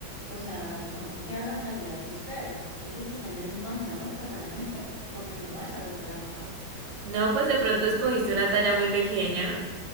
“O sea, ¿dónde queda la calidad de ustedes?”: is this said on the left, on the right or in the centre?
Left